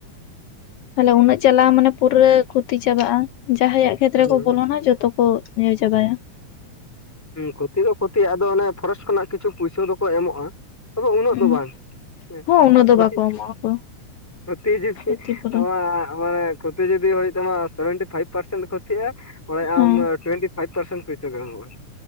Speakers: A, on the left; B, in the centre.
A: ᱛᱟᱦᱚᱞᱮ ᱩᱱᱟᱹᱜ ᱪᱟᱞᱟᱣ ᱢᱟᱱᱮ ᱯᱩᱨᱟᱹ ᱠᱷᱚᱛᱤ ᱪᱟᱵᱟᱜ-ᱟ ᱡᱟᱦᱟᱸᱭᱟᱜ ᱠᱷᱮᱛ
B: ᱦᱩᱸ
A: ᱨᱮᱠᱚ ᱵᱚᱞᱚᱱᱟ ᱡᱚᱛᱚ ᱠᱚ ᱤᱭᱟᱹ ᱪᱟᱵᱟᱭᱟ᱾
B: ᱦᱩᱸ ᱠᱷᱩᱛᱤ ᱫᱚ ᱠᱷᱩᱛᱤ ᱟᱫᱚ ᱚᱱᱮ ᱯᱷᱚᱨᱮᱥᱴ ᱠᱷᱚᱱᱟᱜ ᱠᱤᱪᱷᱩ ᱯᱩᱭᱥᱟᱹ ᱫᱚᱠᱚ ᱮᱢᱚᱜ-ᱟ, ᱛᱚᱵᱮ ᱩᱱᱟᱹᱜ
A: ᱩᱸ
B: ᱫᱚ ᱵᱟᱝ ᱦᱮᱸ
A: ᱦᱚᱸ ᱩᱱᱟᱹᱜ ᱫᱚ
B: ᱠᱷᱚᱛᱤ
A: ᱵᱟᱠᱚ ᱮᱢᱚᱜᱼᱟ ᱠᱚ
B: ᱯᱨᱚᱛᱡᱩᱠᱤ
A: ᱠᱷᱚᱛᱤᱯᱩᱨᱚᱱ
B: ᱟ ᱢᱟᱱᱮ ᱠᱷᱚᱛᱤ ᱡᱩᱫᱤ ᱦᱩᱭᱩᱜ ᱛᱟᱢᱟ ᱥᱮᱵᱷᱮᱱᱴᱤ ᱯᱷᱟᱭᱤᱵ ᱯᱟᱨᱥᱮᱱᱴ ᱠᱷᱚᱛᱤᱜ-ᱟ ᱚᱰᱮ
A: ᱦᱮᱸ
B: ᱟᱢᱫᱚ ᱴᱩᱮᱱᱴᱤ ᱯᱷᱟᱭᱤᱯ ᱯᱟᱨᱥᱮᱱ ᱯᱩᱭᱥᱟᱹ ᱠᱚ ᱮᱢᱚᱜ-ᱟ᱾